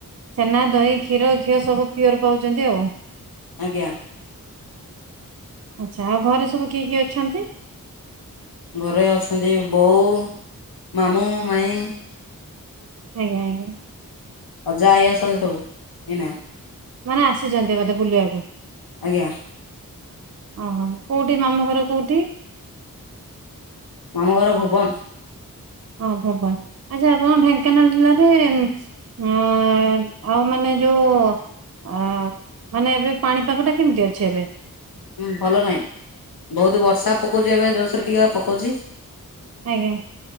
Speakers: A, on the right; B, on the left.
A: ଛେନା, ଦହି, କ୍ଷୀର, ଘିଅ ସବୁ ପିଓର୍ ପାଉଚନ୍ତି ଆଉ।
B: ଆଜ୍ଞା।
A: ଆଚ୍ଛା ଆଉ ଘରେ ସବୁ କିଏ କିଏ ଅଛନ୍ତି?
B: ଘରେ ଅଛନ୍ତି ବୋଉ ମାମୁଁ ମାଇଁ
A: ଆଜ୍ଞା, ଆଜ୍ଞା।
B: ଅଜା ଆଇ ଅସନ୍ତି ସବୁ ଏଇନା।
A: ମାନେ ଆସିଚନ୍ତି ବଧେ ବୁଲିଆକୁ?
B: ଆଜ୍ଞା।
A: ଓହୋ, କୋଉଠି ମାମୁଁ ଘର କୋଉଠି?
B: ଆମ ଘର ଭୁବନ।
A: ଓହୋ ଭୁବନ, ଆଚ୍ଛା ଆପଣ ଢେଙ୍କାନାଳ ଜିଲ୍ଲାରେ ଉଁ, ଆ, ଆ, ମାନେ ଯୋଉ ଅ, ମାନେ ଏବେ ପାଣିପାଗଟା କେମିତି ଅଛି ଏବେ?
B: ଉଁ, ଭଲ ନାଇଁ। ବହୁତୁ ବର୍ଷା ପକଉଚି ଏବେ ଜୋରସରେ ଟିକେ ପକଉଛି।
A: ଆଜ୍ଞା।